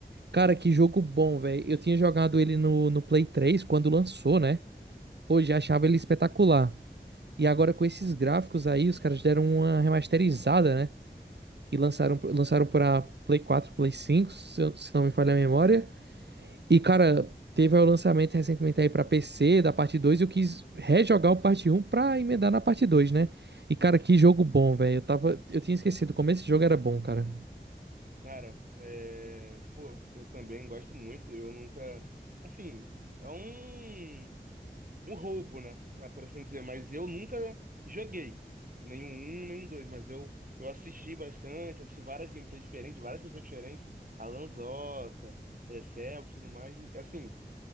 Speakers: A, on the right; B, on the right.
A: Cara, que jogo bom, velho. Eu tinha jogado ele no, no Play 3 quando lançou, né? Pô, já achava ele espetacular. E agora com esses gráficos aí, os caras deram uma remasterizada, né? E lançaram, lançaram pra Play 4, Play 5, se eu- se não me falha a memória. E, cara, teve o lançamento recentemente aí pra PC da parte 2 e eu quis rejogar o parte um pra emendar na parte 2, né? E, cara, que jogo bom, velho. Eu tava, eu tinha esquecido como esse jogo era bom, cara.
B: Cara, é... pô, eu também gosto muito. Eu nunca. Assim, é um, um roubo, né? É, Por assim dizer. Mas eu nunca joguei. Nem o um, nem o dois. Mas eu, eu assisti bastante, assisti várias gameplays diferentes, várias pessoas diferentes. Alan Zota, é, Sebas, tudo mais. E, assim.